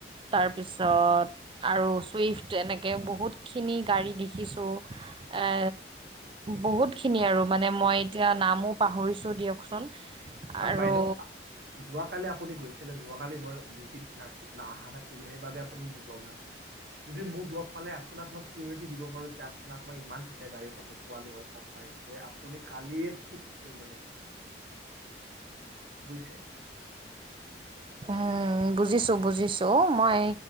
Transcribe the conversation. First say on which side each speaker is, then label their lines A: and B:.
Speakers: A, on the right (about 30°); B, on the right (about 65°).
A: তাৰপিছত আৰু চুইফট এনেকে বহুতখিনি গাড়ী দেখিছো এ বহুতখিনি আৰু মানে মই এতিয়া নামো পাহৰিছো দিয়ক। চোন
B: চাওক
A: আৰু
B: বাইদেউ যোৱাকালি আপুনি গৈছিলে যোৱাকালি মই ডিউটিত নাই না অহা নাছিলো সেইবাবে আপুনি মোক লগ নাপালে। যদি মোক লগ পালে আপোনাক মই চিউৰিটি দিব পাৰো যে আপোনাক মই ইমান ধুনীয়া গাড়ীখন দেখুৱালো হয়। গম পাইছে আপুনি খালি ফিক্স কৰি ললে হ'ল। বুজিছে?
A: উম বুজিছো বুজিছো মই